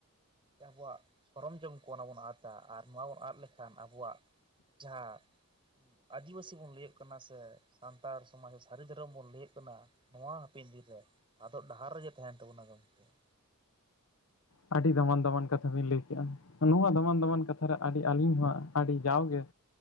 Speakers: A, on the right; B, on the left.
A: ᱟᱵᱚᱣᱟᱜ ᱥᱚᱨᱚᱢ ᱡᱚᱢ ᱠᱚ ᱚᱱᱟ ᱵᱚᱱ ᱟᱫᱟ, ᱟᱨ ᱱᱚᱣᱟ ᱵᱚᱱ ᱟᱫ ᱞᱮᱠᱷᱟᱱ ᱟᱵᱚᱣᱟᱜ ᱼᱼ ᱡᱟᱦᱟᱸ ᱟᱹᱫᱤᱵᱟᱹᱥᱤ ᱵᱚᱱ ᱞᱟᱹᱭᱟᱹᱜ ᱠᱟᱱᱟ ᱥᱮ, ᱥᱟᱱᱛᱟᱲ ᱥᱚᱢᱟᱡᱽ ᱥᱟᱹᱨᱤ ᱫᱷᱚᱨᱚᱢ ᱵᱚᱱ ᱞᱟᱹᱭᱟᱹᱜ ᱠᱟᱱᱟᱼᱼ ᱱᱚᱣᱟ ᱦᱟᱯᱤᱱ ᱫᱤᱱ ᱨᱮ, ᱟᱫᱚᱜ ᱰᱟᱦᱟᱨ ᱨᱮᱜᱮ ᱛᱟᱦᱮᱱ ᱛᱟᱵᱩᱱᱟ ᱜᱚᱝᱠᱮ ᱾
B: ᱟᱹᱰᱤ ᱫᱟᱢᱟᱱ-ᱫᱟᱢᱟᱱ ᱠᱟᱛᱷᱟ ᱵᱤᱱ ᱞᱟᱹᱭ ᱠᱮᱜᱼᱟ ᱾ ᱱᱚᱣᱟ ᱫᱚᱟᱢᱟᱱ-ᱫᱟᱢᱟᱱ ᱠᱟᱛᱷᱟ ᱨᱮ, ᱟᱹᱰᱤ ᱟᱹᱞᱤᱧ ᱦᱚᱸ ᱟᱹᱰᱤ ᱡᱟᱣᱜᱮ